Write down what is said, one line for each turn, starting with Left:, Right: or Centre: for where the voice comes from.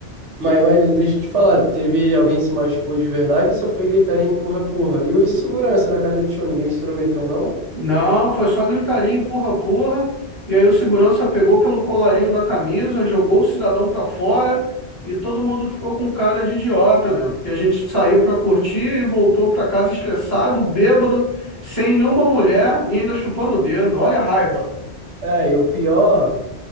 Right: Mas, mas deixa eu te falar, teve alguém que se machucou de verdade, só foi gritar em empurra, empurra. E o segurança da casa do show, ninguém se intrometeu, não?
Left: Não, foi só gritaria, empurra, porra. E aí o segurança pegou pelo colarinho da camisa, jogou o cidadão pra fora e todo mundo ficou com cara de idiota, né? Porque a gente saiu pra curtir e voltou pra casa estressado, bêbado, sem nenhuma mulher e ainda chupando o dedo. Olha a raiva.
Right: É, e o pior,